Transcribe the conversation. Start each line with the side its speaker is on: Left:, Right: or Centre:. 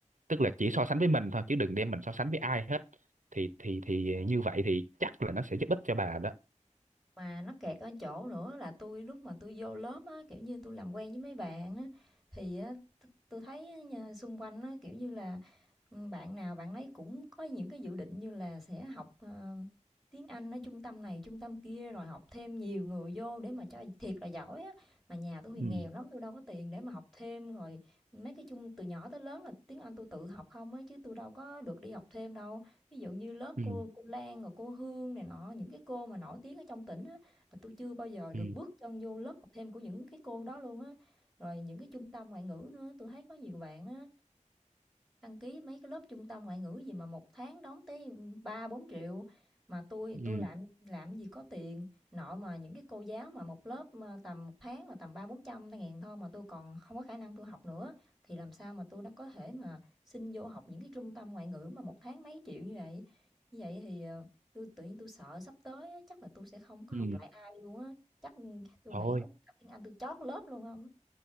Right: tức là chỉ so sánh với mình thôi chứ đừng đem mình so sánh với ai hết thì thì thì như vậy thì chắc là nó sẽ giúp ích cho bà đó
Centre: Mà nó kẹt ở chỗ nữa là tôi lúc mà tôi vô lớp á, kiểu như tôi làm quen với mấy bạn á, thì á, t- tôi thấy á nha, xung quanh á, kiểu như là ừ, bạn nào bạn ấy cũng có những cái dự định như là sẽ học ờ, tiếng Anh ở trung tâm này, trung tâm kia rồi học thêm nhiều người vô để mà cho thiệt là giỏi á. Mà nhà tôi thì
Right: ừ
Centre: nghèo lắm, tôi đâu có tiền để mà học thêm rồi mấy cái chung từ nhỏ tới lớn là tiếng Anh tôi tự học không á chứ tôi đâu có được đi học thêm đâu. Ví dụ như lớp
Right: ừ
Centre: cô cô Lan rồi cô Hương này nọ, những cái cô mà nổi tiếng ở trong tỉnh á, là tôi chưa bao giờ được
Right: ừ
Centre: bước chân vô lớp học thêm của những cái cô đó luôn á. Rồi những cái trung tâm ngoại ngữ nữa, tôi thấy có nhiều bạn á, Đăng ký mấy cái lớp trung tâm ngoại ngữ gì mà một tháng đóng tới ba bốn triệu mà tôi
Right: ừ
Centre: tôi làm làm gì có tiền, nội mà những cái cô giáo mà một lớp, ơ, tầm một tháng mà tầm ba bốn trăm ngàn thôi mà tôi còn không có khả năng tôi học nữa, thì làm sao mà tôi nó có thể mà xin vô học những cái trung tâm ngoại ngữ mà một tháng mấy triệu như vậy. Như vậy thì, ờ, tui tự nhiên tui sợ sắp tới á, chắc là tôi sẽ không có
Right: ừ
Centre: học lại ai luôn á, chắc, tôi tui
Right: thôi
Centre: nghĩ có khi học tiếng Anh tui trót lớp luôn không